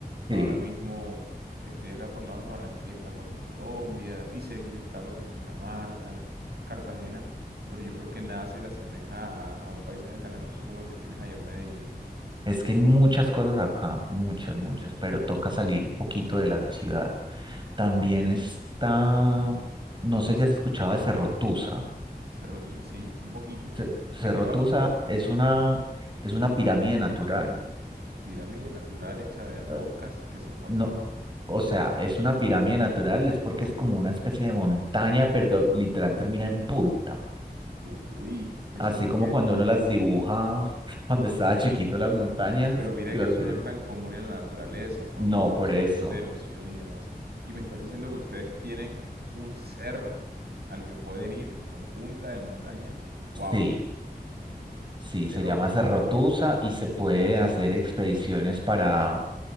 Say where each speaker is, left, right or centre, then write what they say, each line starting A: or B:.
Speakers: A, on the right; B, on the right.
A: ahora
B: Sí,
A: mismo que estoy acá por lados de Barranquilla está Puerto Colombia, y cerquita está lo que es Santa Marta, Cartagena, pero yo creo que nada se le asemeja a, a un paisaje tan hermoso como el que tienes allá en Medellín.
B: es que hay muchas cosas acá, muchas, muchas, pero toca salir un poquito de la ciudad. También está, no sé si has escuchado de Cerro Tusa.
A: Cerro Tus así, un poquito.
B: Ce- Cerro
A: ¿De qué va?
B: Tusa es una, es una pirámide natural.
A: Pirámide natural hecha de rocas
B: Eh,
A: que se formaron.
B: No, o sea, es una pirámide natural, es porque es como una especie de montaña, pero literal termina en punta.
A: Uy, eso
B: Así
A: sí
B: como
A: que,
B: cuando uno las dibuja <laughs> cuando estaba chiquito las montañas,
A: pero mira
B: que
A: que
B: las...
A: eso
B: de-
A: no es tan común en la naturaleza por
B: No,
A: los procesos
B: por eso.
A: de erosión y demás. Y me estás diciendo que ustedes tienen un cerro al que pueden ir con punta de montaña. Wow,
B: Sí, sí,
A: de
B: se
A: locos.
B: llama Cerrotusa y se pueden hacer expediciones para,